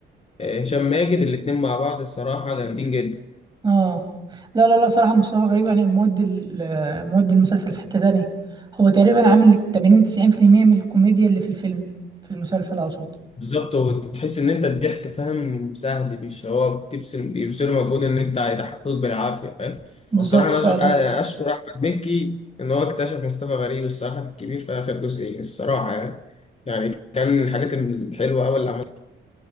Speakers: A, on the left; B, on the right.
A: هشام ماجد الاتنين مع بعض الصراحه جامدين جدا
B: اه لا لا لا صراحة مصطفى غريب يعني مودي ال- مودي المسلسل في حتة تانية هو تقريبا عامل 80 90% من الكوميديا اللي في الفيلم في المسلسل اقصد
A: بالظبط وتحس ان انت الضحك فاهم سهل مش هو بتبذل بيبذلوا مجهود ان انت هيضحكوك بالعافيه فاهم
B: بالظبط
A: وصراحه انا
B: فعلا
A: أشكر, أنا اشكر احمد مكي ان هو اكتشف مصطفى غريب الصراحه الكبير في اخر جزئين الصراحه يعني يعني كان من الحاجات الحلوه قوي اللي عملها